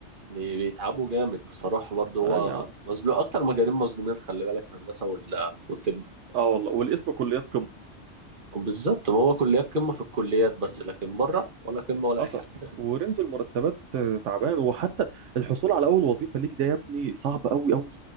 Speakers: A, on the right; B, on the right.
A: بي- بيتعبوا جامد بصراحه برضه هو
B: اه يا عم
A: مظلوم اكتر مجالين مظلومين خلي بالك هندسه وال- والطب
B: اه والله والاسم كليات قمه
A: بالظبط ما هو كليات قمة في الكليات بس لكن بره ولا قمة ولا
B: حصل
A: أي حاجة <laughs>
B: ورينج المرتبات آه، تعبان وحتى الحصول على اول وظيفه ليك ده يا ابني صعب قوي قوي